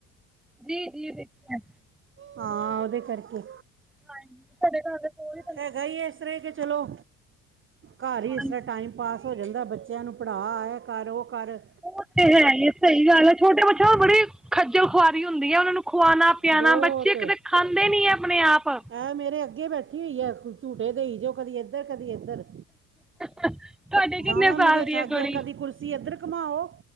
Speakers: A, in the centre; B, on the right.
A: ਜੀ-ਜੀ, ਦੇਖਿਐ।
B: ਹਾਂ, ਓਦੇ ਕਰਕੇ
A: ਹਾਂਜੀ, ਸਾਡੇ ਘਰ ਦੇ, ਕੋਲ ਈ
B: ਹੈਗਾ ਈ ਐਸ ਤਰ੍ਹੈ ਕਿ ਚਲੋ ਘਰ
A: ਹਾਂਜੀ
B: ਹੀ ਇਸ ਤਰ੍ਹਾਂ ਟਾਈਮ ਪਾਸ ਹੋ, ਜਾਂਦਾ ਬੱਚਿਆਂ ਨੂੰ ਪੜ੍ਹਾ, ਐ ਕਰ, ਓਹ ਕਰ।
A: ਉਹ ਤੇ ਹੈ ਈ ਏ, ਸਹੀ ਗੱਲ ਐ। ਛੋਟੇ ਬੱਚੇਆ ਨੂੰ ਬੜੀ ਖੱਜਲ ਖੁਆਰੀ ਹੁੰਦੀ ਆ, ਔਨਾ ਨੂੰ ਖਵਾਣਾ-ਪਿਆਣਾ
B: ਬਹੁਤ
A: ਬੱਚੇ ਇੱਕ ਤੇ ਖਾਂਦੇ ਨੀ ਐ ਆਪਣੇ ਆਪ।
B: ਐਂ ਮੇਰੇ ਅੱਗੇ ਬੈਠੀ ਹੋਈ ਐ। ਕੁ ਝੂਟੇ ਦੇਈ ਜੋ ਕਦੀ ਏਧਰ ਕਦੀ ਏਧਰ।
A: ਤੁਹਾਡੇ ਕਿੰਨੇ
B: ਬਾਵਾਂ
A: ਸਾਲ
B: ਮੇਰੀਆਂ
A: ਦੀ
B: ਥਕ
A: ਹੈ ਕੁੜੀ
B: ਗਈਐਂ, ਕਦੀ ਕੁਰਸੀ ਏਧਰ ਘੁਮਾਓ